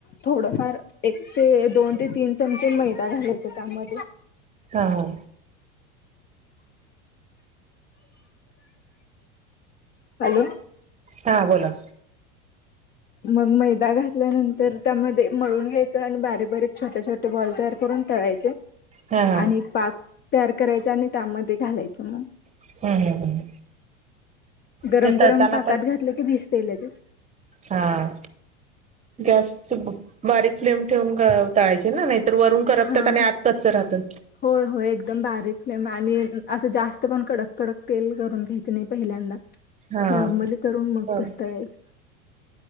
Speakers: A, on the left (about 30°); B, on the right (about 20°).
A: थोडंफार एक ते दोन ते तीन चमचे मैदा घालायच त्यामध्ये
B: हा हा
A: हॅलो?
B: हां, बोला.
A: मग मैदा घातल्यानंतर त्यामध्ये, मळून घ्यायचं आणि बारीक- बारीक, छोट्या-छोट् बॉल तयार करून, तळायचे.
B: हा हा
A: आणि पाक तयार करायचा आणि त्यामध्ये घालायचं, मग.
B: हम्म हम्म हम्म.
A: गरम-गरम
B: म्हणजे तळताना
A: पाकात घातलं की, भिजतय लगेच.
B: हां, गॅसच ब-बारीक फ्लेम ठेवून तळायचे ना, नाही तर वरून करपत
A: हा
B: आणि आत कच्च राहतं.
A: होय होय एकदम बारीक फ्लेम आणि असं जास्त पण कडक-कडक तेल करून घ्यायचं नही पहिल्यांदा.
B: हा
A: नॉर्मली करून, मग
B: हा
A: कस तळायचं.